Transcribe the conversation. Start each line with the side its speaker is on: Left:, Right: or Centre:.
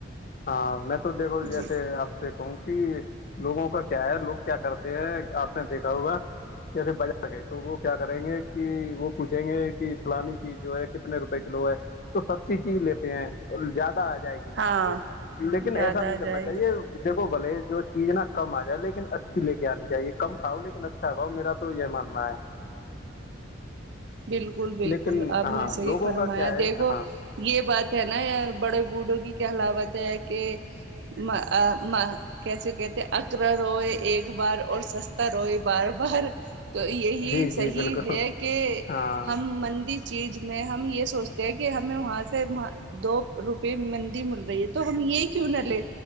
Left: ہاں میں تو دیکھو جیسے
Right: جی
Left: آپ سے کہوں کہ لوگوں کا کیا ہے لوگ کیا کرتے ہیں آپ نے دیکھا ہوگا کیسے بجا گئے تو وہ کیا کریں گے کہ وہ پوچھیں گے کہ فلانی چیز جو ہے کتنے روپئے کلو ہے تو سستی چیز لیتے ہیں زیادہ آ جائے گی
Right: ہاں
Left: لیکن
Right: زیادہ
Left: ایسا نہیں
Right: آ
Left: کرنا
Right: جائے
Left: چاہیے
Right: گی
Left: یکھو بلے جو چیز نا کم آ جائے لیکن اچھی لے کے آنی چاہیے کم کھاؤ لیکن اچا اچھا کھاؤ میرا تو یہ ماننا ہے
Right: بالکل بالکل
Left: لیکن
Right: آپ
Left: ہاں
Right: نے صحیح
Left: لوگوں
Right: فرمایا
Left: کا کیا ہے
Right: دیکھو
Left: ہاں
Right: یہ بات ہے نا بڑے بھوڈھوں کی کہلاوت ہے کہ ما ما آ کیسے کہتے اکرا روئے ایک بار اور سستا روئے بار بار تو یہی
Left: جی جی
Right: صحیح
Left: بالکل
Right: ہے کہ
Left: ہاں
Right: ہم مندی چیز میں ہم یہ سوچتے ہیں کہ ہمیں وہاں سے دو روپے مندی مل رہی ہے تو ہم یہ کیوں نہ لے